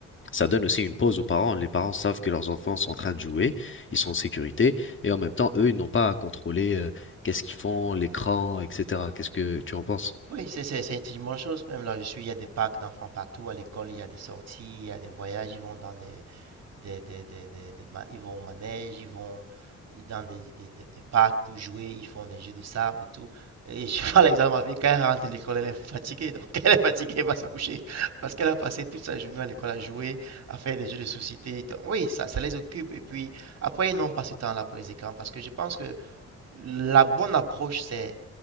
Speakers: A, on the left; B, on the right.
A: ça donne aussi une pause aux parents. Les parents savent que leurs enfants sont en train de jouer,
B: mhm.
A: ils sont en sécurité. Et en même temps, eux, ils n'ont pas à contrôler euh, qu'est-ce qu'ils font, l'écran, etc. Qu'est-ce que tu en penses?
B: Oui, c'est c'est- c'est une bonne chose. Même là, je suis, il y a des parcs d'enfants partout à l'école, il y a des sorties, il y a des voyages, ils vont dans des des, des, des- des- des ma- ils vont au manège, ils vont dans des, des- des- des parcs pour jouer, ils font des jeux de sable et tout. Et je <laughs> prends l'exemple avec quand elle rentre de l'école, elle est fatiguée. Donc, <laughs> elle est fatiguée, elle va se coucher. Parce qu'elle a passé toute sa journée à l'école à jouer, à faire des jeux de société. Donc, oui, ça, ça les occupe. Et puis, après, ils n'ont pas ce temps-là pour les écrans. Parce que je pense que la bonne approche, c'est